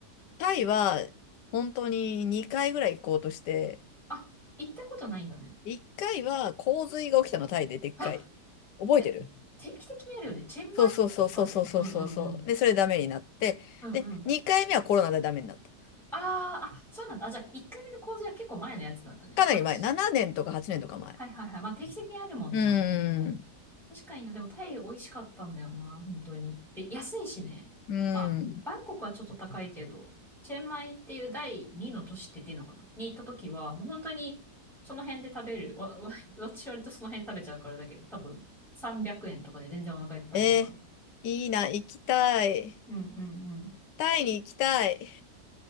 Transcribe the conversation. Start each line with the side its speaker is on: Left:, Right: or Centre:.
Left: タイは本当に2回ぐらい行こうとして、
Centre: あ、行ったことないんだね。
Left: 1回は洪水が起きたの、タイででっかい。
Centre: あ、
Left: 覚えてる
Centre: て、定期的にあるよね。チェンマイとかで。
Left: そうそうそうそうそうそうそうそう。
Centre: うんうんうん。
Left: で、それダメになって、
Centre: うんうん。
Left: で、2回目はコロナでダメになった。
Centre: あーあ、そうなんだ。あ、じゃあ、1回目の洪水は結構前のやつだったね。
Left: かなり前。
Centre: 私、
Left: 7年とか8年とか前。
Centre: はいはいはい。まあ定期的にあるもんね、
Left: うーん。
Centre: あの辺ね。確かにな、でもタイ美味しかったんだよな、本当に。で、安いしね。
Left: うーん。
Centre: まあ、バンコクはちょっと高いけど、チェンマイっていう第二の都市って言っていいのかなに行った時は、もう本当にその辺で食べる。わ、わ私割とその辺で食べちゃうからだけど、多分300円とかで全然お腹いっぱいとか。
Left: えーいいな、
Centre: うん
Left: 行きたい。
Centre: うんうん。
Left: タイに行きたい。
Centre: え、